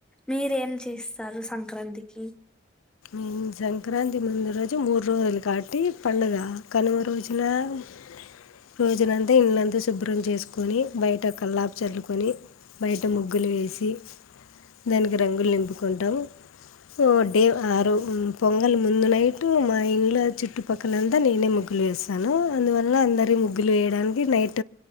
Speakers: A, in the centre; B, on the left (about 80°).
A: మీరేం చేస్తారు సంక్రాంతికి
B: ఉ సంక్రాంతి ముందు రోజు మూడు రోజలు <unintelligible> పుద <unintelligible> పండగ కను రోజునంతా ఇళ్ళంత శుభ్రం చేసు కొని బయట కల్లాపు చల్లుకొని బయట ముగ్గులు వేసి దానికి రంగులు నింపుకుంటాము సొ డే ఆరు పొంగలి ముందు నైట్ మా ఇండ్ల చుట్టుపక్కలంతా నేనే ముగ్గులు వేస్తాను అందువల్ల అందరి ముగ్గులు వేయడానికి నైట్